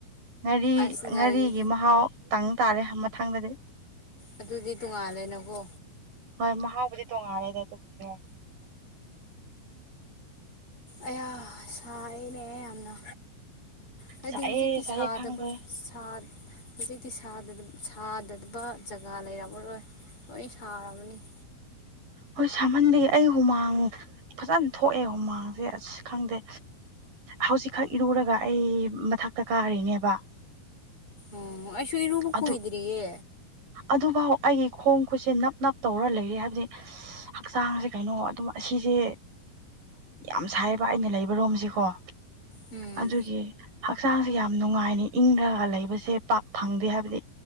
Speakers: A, on the right (about 60°); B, on the left (about 35°).
A: ꯉꯥꯔꯤ
B: ꯑꯁ ꯉꯥꯔꯤ
A: ꯉꯥꯔꯤꯒꯤ ꯃꯍꯥꯎ ꯇꯪ ꯇꯥꯔꯦ ꯃꯊꯪꯗꯗꯤ
B: ꯑꯗꯨꯗꯤ ꯇꯣꯡꯉꯥꯜꯂꯦꯅꯀꯣ
A: ꯍꯣꯏ ꯃꯍꯥꯎꯕꯨꯗꯤ ꯇꯣꯡꯉꯥꯜꯂ‌ꯦ ꯑꯗꯨꯕꯨꯗꯤ
B: ꯑꯌꯥ ꯁꯥꯏꯌ‌ꯦꯅꯦ ꯌꯥꯝꯅ ꯍꯥꯏꯗꯤ
A: ꯁꯥꯏꯑꯦ
B: ꯍꯧꯖꯤꯛꯇꯤ
A: ꯁꯥꯏꯑꯦ
B: ꯁꯥꯗꯕ
A: ꯈꯪꯗꯦ
B: ꯁꯥ ꯍꯧꯖꯤꯛꯇꯤ ꯁꯥꯗꯕ ꯁꯥꯗꯕ ꯖꯒꯥ ꯂꯩꯔꯝꯃꯔꯣꯏ ꯂꯣꯏ ꯁꯥꯔꯝꯃꯅꯤ
A: ꯍꯣꯏ ꯁꯥꯃꯟꯕꯒꯤ ꯑꯩ ꯍꯨꯃꯥꯡ ꯐꯖꯅ ꯊꯣꯛꯑꯦ ꯍꯨꯃꯥꯡꯁꯦ ꯑꯁ ꯈꯪꯗꯦ ꯍꯧꯖꯤꯛꯈꯛ ꯏꯔꯨꯔꯒ ꯑꯩ ꯃꯊꯛꯇ ꯀꯥꯔꯤꯅꯦꯕ
B: ꯎꯝ ꯑꯩꯁꯨ ꯏꯔꯨꯕ ꯀꯨꯏꯗ꯭ꯔꯤꯌꯦ
A: ꯑꯗꯨ ꯑꯗꯨꯐꯥꯎ ꯑꯩꯒꯤ ꯈꯣꯡ ꯈꯨꯠꯁꯦ ꯅꯞ ꯅꯞ ꯇꯧꯔ ꯂꯩꯔꯤ ꯍꯥꯏꯕꯗꯤ ꯍꯛꯆꯥꯡꯁꯦ ꯀꯩꯅꯣ ꯑꯗꯨꯝ ꯑꯁꯤꯁꯦ ꯌꯥꯝ ꯁꯥꯏꯌ‌ꯦꯕ ꯑꯩꯅ ꯂꯩꯕꯔꯣꯝꯁꯤꯀꯣ
B: ꯎꯝ
A: ꯑꯗꯨꯒꯤ ꯍꯛꯆꯥꯡꯁꯦ ꯌꯥꯝ ꯅꯨꯡꯉꯥꯏꯅ ꯏꯪꯔꯒ ꯂꯩꯕꯁꯦ ꯄꯥꯛ ꯐꯪꯗꯦ ꯗ‌ꯦ ꯍꯥꯏꯕꯗꯤ